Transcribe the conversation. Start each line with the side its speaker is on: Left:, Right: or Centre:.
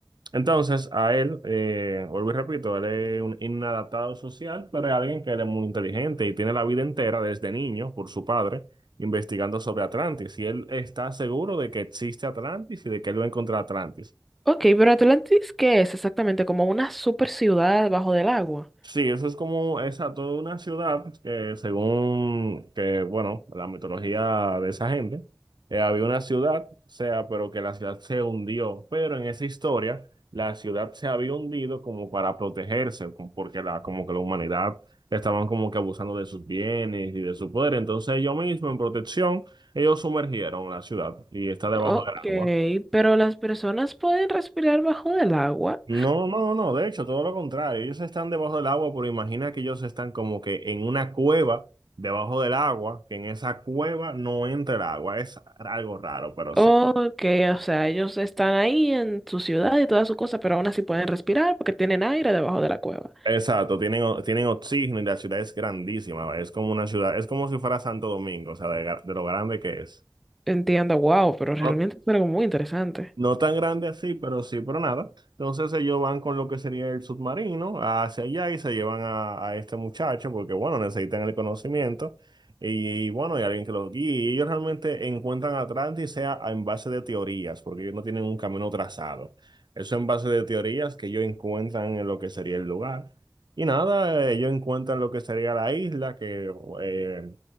Right: Entonces, a él, eh, vuelvo y repito, él es un inadaptado social, pero es alguien que él es muy inteligente y tiene la vida entera desde niño por su padre investigando sobre Atlantis. Y él está seguro de que existe Atlantis y de que él va a encontrar Atlantis.
Centre: Ok, pero Atlantis, ¿qué es exactamente? ¿Como una super ciudad bajo del agua?
Right: Sí, eso es como esa toda una ciudad que según que, bueno, la mitología de esa gente, eh, había una ciudad, o sea, pero que la ciudad se hundió, pero en esa historia la ciudad se había hundido como para protegerse, como porque la, como que la humanidad estaban como que abusando de sus bienes y de su poder, entonces ellos mismos en protección, ellos sumergieron la ciudad y está debajo
Centre: Ok,
Right: del agua.
Centre: pero las personas pueden respirar bajo del agua.
Right: No, no, no, de hecho, todo lo contrario. Ellos están debajo del agua, pero imagina que ellos están como que en una cueva debajo del agua, que en esa cueva no entra el agua. Es algo raro, pero sí.
Centre: Ok, o sea, ellos están ahí en su ciudad y toda su cosa, pero aún así pueden respirar porque tienen aire debajo de la cueva.
Right: Exacto, tienen, o- tienen oxígeno y la ciudad es grandísima. ¿vale? Es como una ciudad, es como si fuera Santo Domingo, o sea, de, gar- de lo grande que es.
Centre: Entiendo, wow, pero realmente
Right: No,
Centre: es algo muy interesante.
Right: No tan grande así, pero sí, pero nada. Entonces ellos van con lo que sería el submarino hacia allá y se llevan a, a este muchacho porque, bueno, necesitan el conocimiento y, y, bueno, hay alguien que los guíe. Y ellos realmente encuentran Atlantis sea en base de teorías, porque ellos no tienen un camino trazado. Eso en base de teorías que ellos encuentran en lo que sería el lugar. Y nada, ellos encuentran lo que sería la isla, que eh,